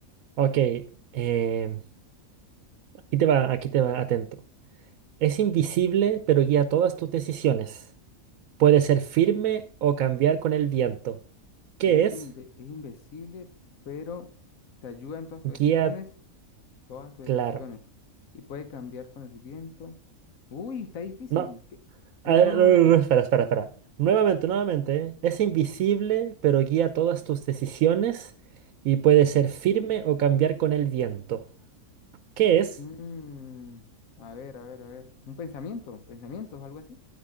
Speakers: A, on the right; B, on the left.
A: Ok, em, aquí te va, aquí te va, atento. Es invisible, pero guía todas tus decisiones. Puede ser firme o cambiar con el viento. ¿Qué
B: Es,
A: es?
B: inve- es invisible, pero te ayuda en todas tus decisiones,
A: Guía
B: todas tus
A: claro.
B: decisiones. Y puede cambiar con el viento. Uy, está difícil.
A: No.
B: ¿qué?
A: a
B: No
A: ver,
B: no es un
A: no,
B: objeto.
A: no, no, espera, espera, espera. Nuevamente, nuevamente. Es invisible, pero guía todas tus decisiones y puede ser firme o cambiar con el viento. ¿Qué es?
B: Mm, a ver, a ver, a ver. Un pensamiento, pensamientos, algo así.